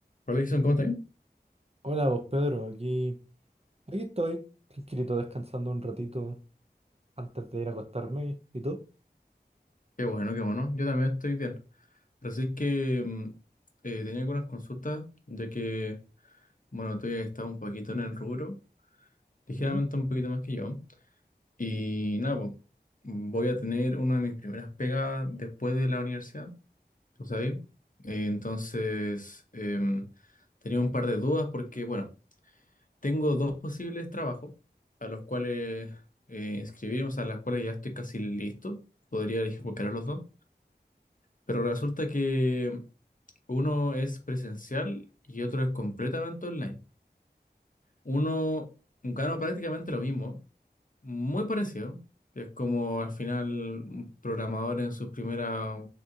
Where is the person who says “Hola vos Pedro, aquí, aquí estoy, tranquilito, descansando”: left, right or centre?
Right